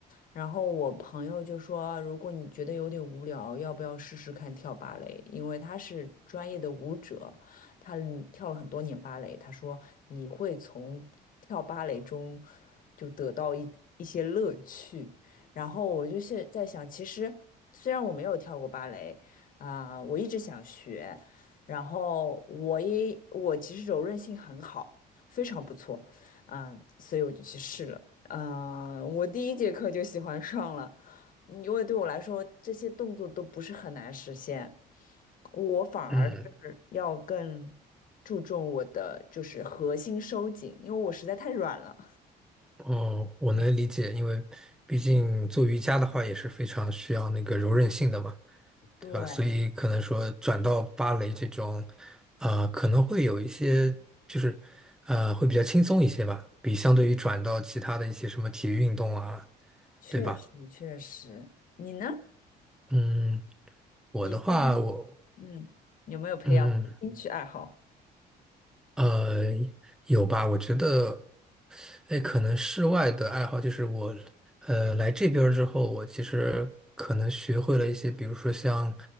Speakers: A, on the left; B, in the centre.
A: 然后我朋友就说，如果你觉得有点无聊，要不要试试看跳芭蕾？因为他是专业的舞者，他跳了很多年芭蕾。他说你会从跳芭蕾中就得到一一些乐趣。然后我就是在想，其实虽然我没有跳过芭蕾啊，我一直想学，然后我也我其实柔韧性很好，非常不错，嗯，所以我就去试了。嗯，我第一节课就喜欢上了，因为对我来说这些动作都不是很难实现，我反而是要更
B: 嗯。
A: 注重我的就是核心收紧，因为我实在太软了。
B: 哦，
A: <laughs>
B: 我能理解，
A: 对
B: 因为毕竟做瑜伽的话也是非常需要那个柔韧性的嘛，
A: 对，
B: 对吧？所以可能说转到芭蕾这种，啊、可能会有一些就是，呃，会比较轻松一些吧，比相对于转到其他的一些什么体育运动啊，
A: 确实确实。
B: 对吧？
A: 你呢？
B: 嗯，我的话，
A: 你最近
B: 我
A: 嗯有没有培养什么兴趣爱好？
B: 嗯呃有吧，我觉得。哎，可能室外的爱好就是我，呃，来这边儿之后，我其实可能学会了一些，比如说像